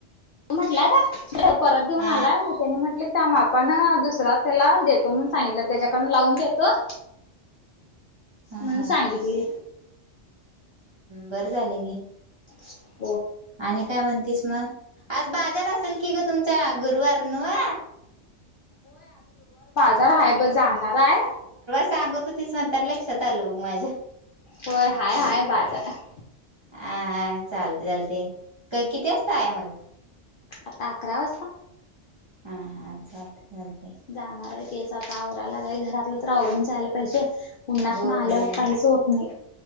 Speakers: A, on the left (about 60°); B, on the right (about 25°).
A: म्हटला था परत देऊन
B: हा
A: आलाय मग त्यानी म्हटले प त्या मापण दुसरा त्याला देतो म्हणून सांगितलं त्याच्याकन लावून देतो
B: हा हा
A: म्हण सांगितली.
B: बरं झालंय गी
A: <inaudible>
B: आणि काय म्हणतीस मग? आज बाज बाजार असल की तुम चा गुरवारनवा.
A: जार हाय बग. जाणणार आहे.
B: सांगत होते स्वतः ला लक्षात आल बग माझ्या.
A: होय हाय हाय बाजारात.
B: हा चालते चालते. त किती वाजता आहे मग.
A: आता अकरा वाजता.
B: हा हा चालत चालत.
A: जाणार आहेत. तेच आता आवरायला लागलेय घरातलं तर आवरून झालय. जे उन्हात
B: होय
A: ना
B: होय.
A: आल्यावर काहीच होत नाही.